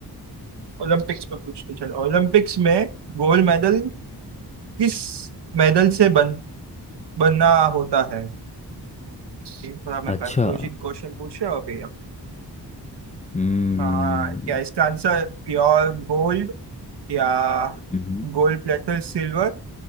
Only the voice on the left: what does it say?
अच्छा
हम्म
हम्म।